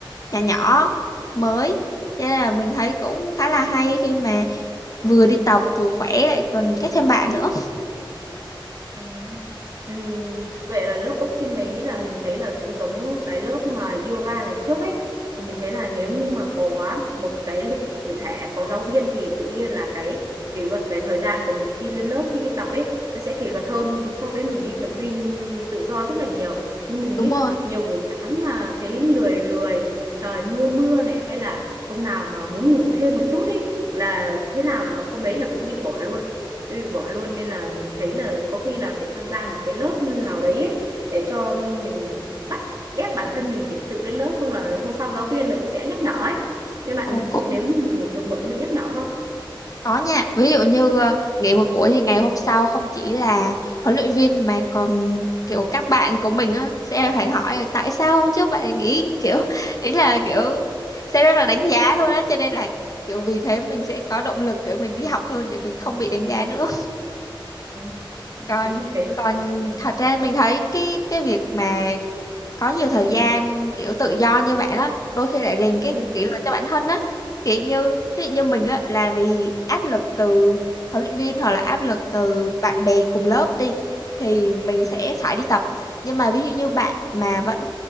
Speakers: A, on the left (about 40°); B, on the right (about 45°).
A: nhỏ nhỏ mới. Thế là mình thấy cũng khá là hay khi mà vừa đi tập vừa khỏe lại còn kết thêm bạn nữa.
B: Ừ. Ừ, Vậy là lớp boxing đấy là mình thấy là cũng giống cái lớp mà yoga ngày trước ấy. Mình thấy là nếu như mà có một cái lịch cụ thể, có giáo viên thì tự nhiên là cái kỷ luật về thời gian của mình khi lên lớp, khi đi tập ấy, nó sẽ kỷ luật hơn so với mình đi tập gym tự do rất là nhiều. Như mình
A: Đúng
B: ấy,
A: rồi,
B: nhiều buổi sáng mà thấy lười lười, trời mưa mưa này hay là hôm nào mà muốn ngủ thêm một chút ấy là thế nào là hôm đấy là cũng bị bỏ luôn bị bỏ luôn nên là mình thấy là có khi là phải tham gia một cái lớp nào đấy ấy, để cho mình bắt ép bản thân mình phải tự đến lớp không là hôm sau giáo viên là cũng sẽ nhắc nhở ấy nên bạn
A: ồ,
B: ví
A: cũng
B: dụ nếu như mà nghỉ một buổi có bị nhắc nhở không
A: có nha. Ví dụ như ờ, nghỉ một buổi thì ngày hôm sau không chỉ là huấn luyện viên mà còn kiểu các bạn của mình á sẽ phải hỏi là tại sao hôm trước bạn lại nghỉ kiểu ý là kiểu sẽ rất là đánh giá luôn á cho nên là kiểu vì thế mình sẽ có động lực để mình đi học hơn để mình không bị đánh giá nữa.
B: Ừ. với
A: Còn
B: mình thấy là
A: còn
B: ừ.
A: thật ra mình thấy cái cái việc mà có nhiều thời gian kiểu tự do như bạn á đôi khi lại rèn cái
B: Ừ.
A: kỷ luật cho bản thân á kiểu như ví dụ như mình á là vì áp lực từ huấn luyện viên hoặc là áp lực từ bạn bè cùng lớp đi thì mình sẽ phải đi tập nhưng mà ví dụ như bạn mà vẫn